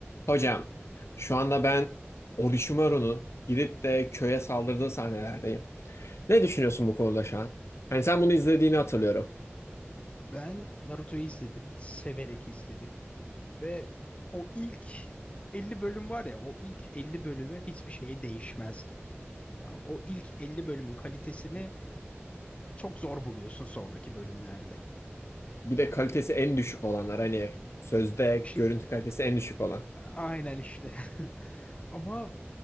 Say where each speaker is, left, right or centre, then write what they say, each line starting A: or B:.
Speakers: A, on the left; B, on the left.
A: Hocam, şu anda ben Orochimaru'nun gidip de köye saldırdığı sahnelerdeyim. Ne düşünüyorsun bu konuda şu an? Hani sen bunu izlediğini hatırlıyorum.
B: Ben Naruto'yu izledim. Severek izledim. Ve o ilk 50 bölüm var ya o ilk 50 bölümü hiçbir şeye değişmezdim. Ya o ilk 50 bölümün kalitesini çok zor buluyorsun sonraki bölümlerde.
A: Bir de kalitesi en düşük olanlar hani sözde
B: İşte
A: görüntü kalitesi en düşük olan.
B: aynen işte. <laughs> Ama